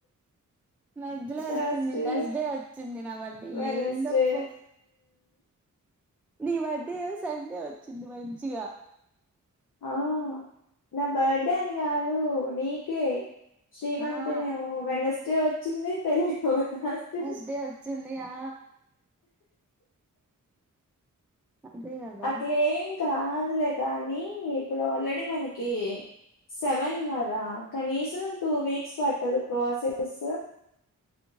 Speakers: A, in the centre; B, on the left (about 85°).
A: మధ్యలో
B: ట్యూస్డే
A: వచ్చింది థర్స్డే వచ్చింది నా బర్త్డే
B: వెడ్నెస్డే
A: ఏందప్పో నీ బర్త్డే ఏమో సండే వచ్చింది మంచిగా
B: ఆ నా బర్త్డే అని కాదు నీకే శ్రీమంతం
A: ఆ
B: ఏమో వెడ్నెస్డే వచ్చ వచ్చింది తేలేదు ట్యూస్డే
A: థర్స్డే వచ్చింది ఆ అదే కదా
B: అట్లేం కాదులే కానీ ఇప్పుడు ఆల్రెడీ మనకి సెవెన్ కదా కనీసం టూ వీక్స్ పట్టదు ప్రాసెస్